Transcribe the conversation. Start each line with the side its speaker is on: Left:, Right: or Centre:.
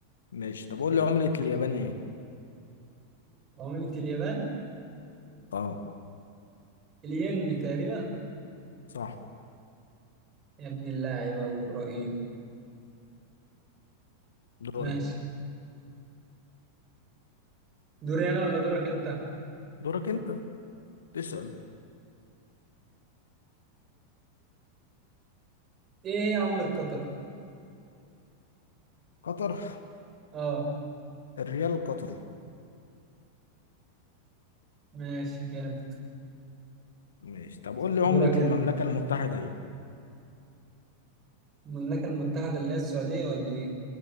Left: ماشي طب قول لي عملة اليابان ايه
Right: عملة اليابان؟
Left: اه
Right: الين تقريبا
Left: صح
Right: يا ابن اللاعب أبو إبراهيم
Left: دورك
Right: ماشي دوري أنا ولا دورك أنت؟
Left: دورك انت تسأل
Right: ايه هي عملة قطر؟
Left: قطر
Right: اه
Left: الريال القطري
Right: ماشي جامد
Left: ماشي طب قول لي
Right: دورك
Left: عملة
Right: انت
Left: المملكة المتحدة ايه
Right: المملكة المتحدة اللي هي السعودية ولا ايه؟